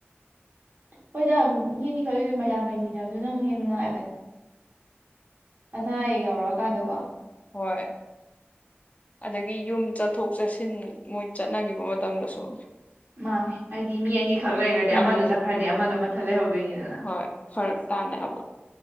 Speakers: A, on the right; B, on the left.
A: ꯍꯣꯏꯗ ꯃꯤ ꯑꯅꯤ ꯈꯛ ꯃꯌꯥꯝ ꯂꯩꯃꯤꯟꯅꯕꯗꯨꯅ ꯑꯃꯨꯛ ꯍꯦꯟꯅꯥ ꯅꯨꯡꯉꯥꯏꯕꯅꯦ꯫ ꯑꯅꯥ ꯑꯌꯦꯛ ꯌꯧꯔꯛꯑꯀꯥꯟꯗꯀꯣ꯫
B: ꯍꯣꯏ ꯑꯗꯒꯤ ꯌꯨꯝ ꯆꯠꯊꯣꯛ ꯆꯠꯁꯤꯟ ꯃꯣꯏ ꯆꯠꯅꯈꯤꯕ ꯃꯇꯝꯗꯁꯨ
A: ꯃꯥꯅꯦ ꯍꯥꯏꯗꯤ ꯃꯤ ꯑꯅꯤꯈꯛ ꯂꯩꯔꯗꯤ
B: ꯎꯝ
A: ꯑꯃꯗꯣ ꯆꯠꯈ꯭ꯔꯗꯤ ꯑꯃꯗꯣ ꯃꯊꯟ ꯂꯩꯍꯧꯗꯣꯏꯅꯤꯗꯅ꯫
B: ꯍꯣꯏ ꯐꯔꯛ ꯇꯥꯅꯕ